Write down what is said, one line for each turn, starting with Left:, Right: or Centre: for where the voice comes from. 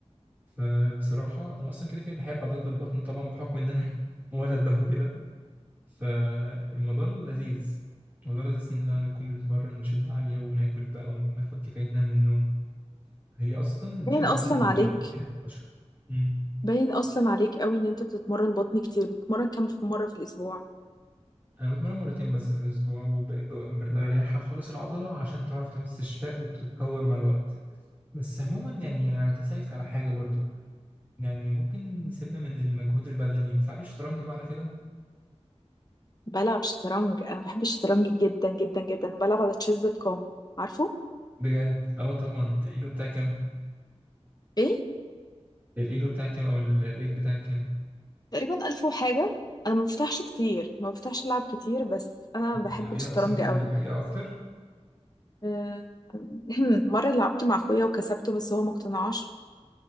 Right: فبصراحة أنا أصلا كده كده بحب عضلات البطن طبعا بحكم إن أنا <laughs> ولد بقى وكده فالموضوع لذيذ الموضوع لذيذ إن أنا نكون بنتمرن بشدة عالية وناكل بقى وناخد كفايتنا من النوم هي أصلا الجيم
Left: باين اصلا
Right: عموما
Left: عليك
Right: يعني بش- مم.
Left: باين اصلا عليك قوي ان انت بتتمرن بطن كتير بتتمرن كام في مره في الاسبوع
Right: أنا بتمرن مرتين بس في الأسبوع وبريحها خالص العضلة عشان تعرف تعمل استشفاء وتتطور مع الوقت بس عموما يعني انا كنت اسالك على حاجه برضو يعني ممكن سيبنا من المجهود البدني بتلعبي شطرنج بقى على كده
Left: بلعب شطرنج انا بحب الشطرنج جدا جدا جدا وبلعب على تشيز دوت كوم عارفه
Right: بجد اه طبعا الايلو بتاعك كام
Left: ايه
Right: الايلو بتاعك كام او ال- الريت بتاعك كام
Left: تقريبا الف وحاجه انا ما بفتحش كتير ما بفتحش العب كتير بس انا
Right: بتلعبيها
Left: بحب الشطرنج
Right: اصلا في
Left: قوي
Right: الحقيقه اكتر
Left: آه، <clears throat> مره لعبت مع اخويا وكسبته بس هو ما اقتنعش